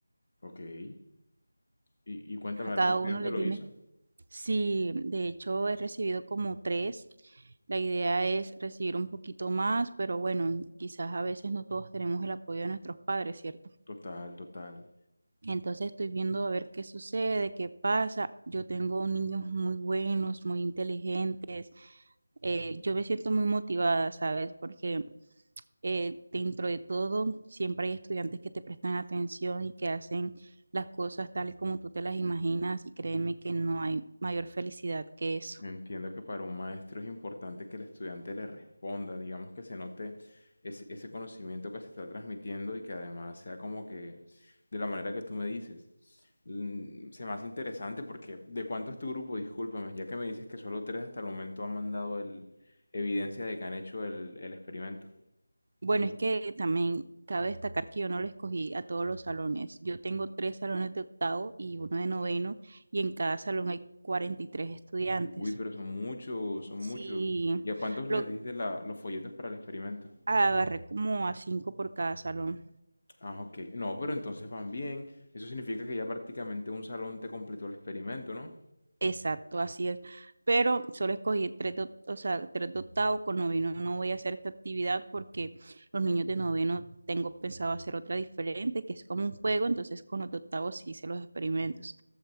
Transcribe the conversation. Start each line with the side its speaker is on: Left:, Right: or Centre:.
Left: Ok. Y, y cuéntame,
Right: A
Left: ¿algún
Right: cada
Left: estudiante
Right: uno les
Left: lo
Right: di
Left: hizo?
Right: un... ex- Sí, de hecho he recibido como tres. La idea es recibir un poquito más, pero bueno, quizás a veces no todos tenemos el apoyo de nuestros padres, ¿cierto?
Left: Total, total.
Right: Entonces estoy viendo a ver qué sucede, qué pasa. Yo tengo niños muy buenos, muy inteligentes. eh, yo me siento muy motivada, ¿sabes? Porque eh, dentro de todo siempre hay estudiantes que te prestan atención y que hacen las cosas tales como tú te las imaginas y créeme que no hay mayor felicidad que eso.
Left: Entiendo que para un maestro es importante que el estudiante le responda, digamos que se note ese, ese conocimiento que se está transmitiendo y que además sea como que de la manera que tú me dices. Mm, Se me hace interesante porque ¿de cuánto es tu grupo? Discúlpame, ya que me dices que solo tres hasta el momento han mandado el, evidencia de que han hecho el, el experimento.
Right: Bueno,
Left: Son-
Right: es que también cabe destacar que yo no lo escogí a todos los salones. Yo tengo tres salones de octavo y uno de noveno y en cada salón hay 43 estudiantes.
Left: uy, pero son muchos, son
Right: Sí,
Left: muchos. ¿Y a cuántos les
Right: lo
Left: diste la- los folletos para el experimento?
Right: agarré como a cinco por cada salón.
Left: Ah, ok. No, pero entonces van bien. Eso significa que ya prácticamente un salón te completó el experimento, ¿no?
Right: Exacto, así es. Pero solo escogí tres de, o sea, tres de octavo con noveno. No voy a hacer esta actividad porque los niños de noveno tengo pensado hacer otra diferente, que es como un juego. Entonces con los de octavo sí hice los experimentos,